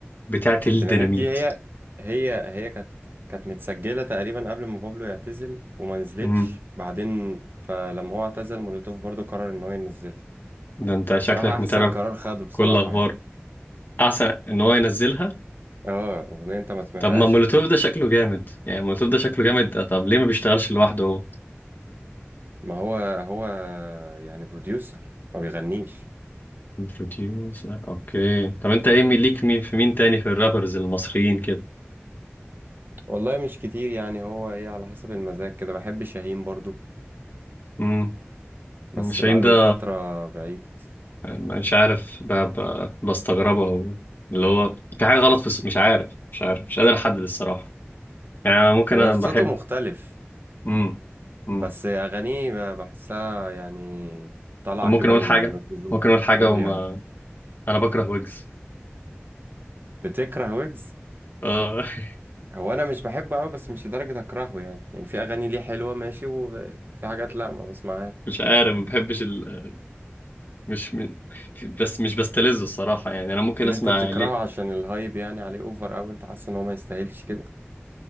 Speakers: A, on the left; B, on the right.
A: بتاعت الديناميت
B: ديناميت دي هي هي هي كانت كانت متسجلة تقريبا قبل ما بابلو يعتزل وما نزلتش
A: امم
B: بعدين فلما هو اعتزل مولوتوف برضو قرر ان هو ينزلها
A: ده انت شكلك
B: بصراحة احسن
A: متابع
B: قرار خده بصراحة
A: كل اخبار
B: يعني
A: احسن ان هو ينزلها
B: اه اغنية انت ما سمعتهاش
A: طب ما مولوتوف ده شكله جامد يعني مولوتوف ده شكله جامد ده، طب ليه ما بيشتغلش لوحده هو
B: ما هو هو يعني بروديوسر ما بيغنيش
A: بروديوسر اوكي طب انت ايه مين- ليك مين في مين تاني في الرابرز المصريين كده
B: والله مش كتير يعني هو ايه على حسب المزاج كده بحب شاهين برضو
A: امم
B: بس
A: شاهين
B: بقاله
A: ده
B: فترة بعيد
A: مش عارف ب- ب- بستغربها أوي. اللي هو في حاجة غلط في الس- مش عارف مش عارف مش قادر أحدد الصراحة يعني أنا ممكن
B: هو
A: أنا
B: صوته
A: بحب
B: مختلف
A: مم. مم.
B: بس أغانيه ب- بحسها يعني طالعة
A: طب ممكن
B: كده
A: أقول
B: من
A: حاجة
B: الجذور
A: ممكن أقول حاجة
B: قول
A: وما
B: يعني
A: أنا بكره ويجز
B: بتكره ويجز
A: آه <laughs>
B: هو أنا مش بحبه أوي بس مش لدرجة أكرهه يعني يعني في أغاني ليه حلوة ماشي وفي حاجات لأ ما بسمعها
A: مش عارف ما بحبش ال... مش م... بس مش بستلذه الصراحة يعني أنا ممكن
B: لكن
A: أسمع
B: أنت بتكرهه
A: ليه
B: عشان الهايب يعني عليه أوفر أوي أنت حاسس إن هو ما يستاهلش كده